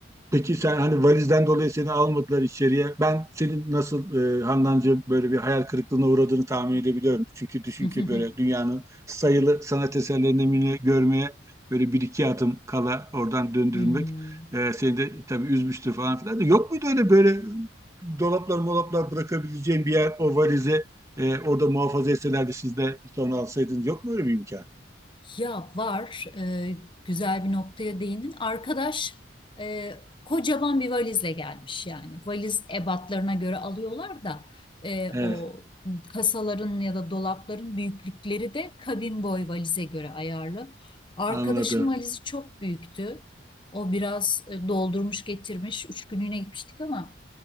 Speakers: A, on the right (about 15°); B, on the left (about 25°).
A: peki sen hani valizden dolayı seni almadılar içeriye. Ben senin nasıl e, Handancığım böyle bir hayal kırıklığına uğradığını tahmin edebiliyorum. Çünkü düşün
B: <laughs>
A: ki böyle dünyanın sayılı sanat eserlerini mi görmeye böyle bir iki adım kala oradan döndürülmek
B: Hmm.
A: e, seni de tabii üzmüştür falan filan. da. Yok muydu öyle böyle dolaplar molaplar bırakabileceğin bir yer o valize e, orada muhafaza etselerdi siz de sonra alsaydınız yok mu öyle bir imkan?
B: Ya var e, güzel bir noktaya değindin. Arkadaş e, kocaman bir valizle gelmiş yani. Valiz ebatlarına göre alıyorlar da e,
A: Evet,
B: o kasaların ya da dolapların büyüklükleri de kabin boy valize göre ayarlı. Arkadaşın
A: anladım.
B: valizi çok büyüktü. O biraz e, doldurmuş getirmiş. Üç günlüğüne gitmiştik ama.